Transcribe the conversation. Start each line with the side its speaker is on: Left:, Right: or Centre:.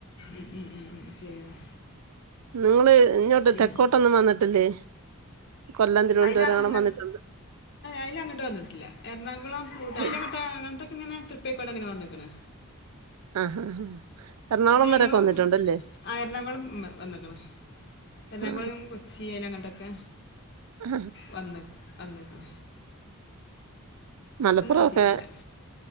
Left: ഉ ഉ ഉ ഉ ശരിയാണ്
Right: നിങ്ങള് ഇങ്ങോട്ട്
Left: പിന്നെ
Right: തെക്കോട്ടൊന്നും വന്നിട്ടില്ലേ കൊല്ലം തിരുവനന്തപുരം
Left: അതിലങ്ങ
Right: അണ് വന്നിട്ടുണ്ട്
Left: അതിലങ്ങോട്ട് വന്നിട്ടില്ല <unintelligible>
Right: ശരി.
Left: ഇങ്ങനെ ട്രിപ്പയ്ക്കൂടങ്ങന വന്നക്ക്ണ്
Right: ആഹ ഹാ എറണാകുളം വരെക്കെ
Left: ഞങ്ങൾ
Right: വന്നിട്ടുണ്ടല്ലേ?
Left: എറണാകുളം വന്നേക്കണ് എറണാകുളം,
Right: ആ
Left: കൊച്ചി ലങ്ങട്ടൊക്കെ
Right: ആ
Left: വന്ന് വന്ന്ക്ക്
Right: മലപ്പുറൊക്കെ
Left: എത്തിയിട്ടില്ല